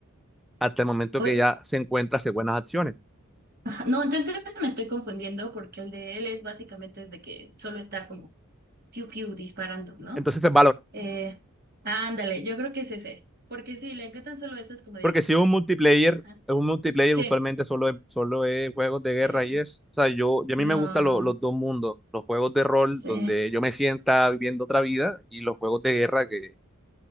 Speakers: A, in the centre; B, on the right.
A: hasta el momento
B: Oye,
A: que ya se encuentra hace buenas acciones.
B: ajá, No, entonces me estoy confundiendo porque el de él es básicamente de que solo estar como piu piu disparando, ¿no?
A: Entonces es
B: Eh, ándale, yo creo que es ese. Porque sí, le encantan solo eso, es como de.
A: Porque si es un multiplayer,
B: Ajá.
A: es un multiplayer
B: Sí,
A: usualmente solo es, solo es juegos de
B: sí,
A: guerra y es. O sea, yo, yo a
B: no,
A: mí me gustan lo- los dos mundos, los juegos de rol
B: sí.
A: donde yo me sienta viviendo otra vida y los juegos de guerra que,